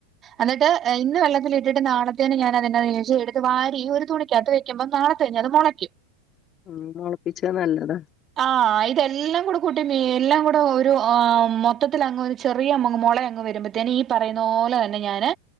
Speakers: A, on the right; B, on the left.
A: എന്നിട്ട് ഇന്ന് വെള്ളത്തിലിട്ടിട്ട് നാളത്തേൻ ഞാൻതിന ചെയ്ത് വാരി ഒരു തുണിക്കകത്ത് വെക്കുമ്പം നാളത്ത തന്നെ അത് മോളയിക്കും
B: ഉം മുളപ്പിച്ച നല്ലതാ.
A: ആ ഇതെല്ലാം കൂടെ കുട്ടി എല്ലാം കൂടെ ഒരു ആ മൊത്തത്തിൽ അങ്ങ് ചെറിയ അമ്മങ്ങ് മോളെ അങ്ങ് വരുമ്പോത്തേന് ഈ പറയുന്നോലെ തന്നെ ഞാന്